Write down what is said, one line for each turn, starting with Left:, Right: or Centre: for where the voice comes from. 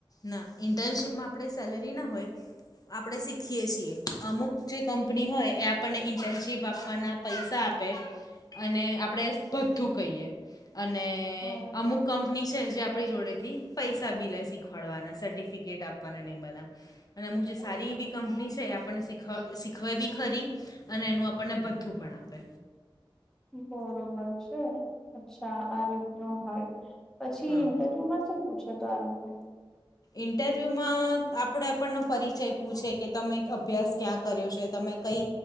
Left: ના ઇન્ટર્નશીપમાં આપણે સેલરી ના હોય આપણે શીખીએ છીએ અમુક જે કંપની હોય એ આપણને ઇન્ટર્નશીપ આપવાના પૈસા આપે અને આપણેે ભથ્થું કહીએ અને
Centre: હા
Left: અમુક કંપની છે જે આપણી જોડે થી પૈસા બી લે શ શીખવાડવાના સર્ટિફિકેટ આપવાના નમબરના અને અમુક જે સારી એવી કંપની છે એ આપણને શીખવા શીખવાય બી ખરી અને એનું આપણને ભથ્થું પણ આપે
Centre: બરોબર છે અચ્છા આ રીત ન હોલ પછી
Left: હા
Centre: ઇન્ટરવ્યુ માં શું પૂછ્યો તો આ લોકો
Left: ઇન્ટરવ્યૂમાં આપણે આપણનો પરિચય પૂછે કે તમે અભ્યાસ ક્યાં કર્યો છે તમે કઈ